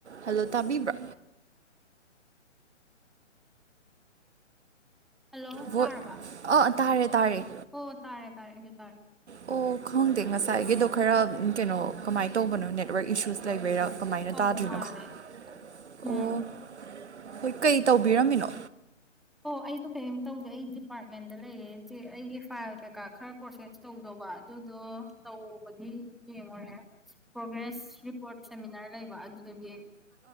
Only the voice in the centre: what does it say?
hello
ꯇꯥꯔꯕ
ꯍꯣ ꯇꯥꯔꯦ ꯇꯥꯔꯦ ꯑꯩꯖꯨ ꯇꯥꯔꯦ
ꯑꯧ
ꯃꯥꯂꯦ
ꯎꯝ
ꯑꯣ ꯑꯩꯗꯣ ꯀꯩꯝ ꯇꯧꯗꯦ ꯑꯩ ꯗꯤꯄꯥꯔꯠꯃꯦꯟꯗ ꯂꯩꯌꯦ ꯆꯦ ꯑꯩꯒꯤ ꯐꯥꯏꯜ ꯀꯩꯀꯥ ꯈꯔ ꯄ꯭ꯔꯣꯁꯦꯁ ꯇꯧꯗꯧꯕ ꯑꯗꯨꯗꯣ ꯇꯧꯕꯒꯤ ꯌꯦꯡꯉꯨꯔꯦ ꯄ꯭ꯔꯣꯒ꯭ꯔꯦꯁ ꯔꯤꯄꯣꯔꯠ ꯁꯦꯃꯤꯅꯥꯔ ꯂꯩꯕ ꯑꯗꯨ ꯑꯗꯨꯒꯤ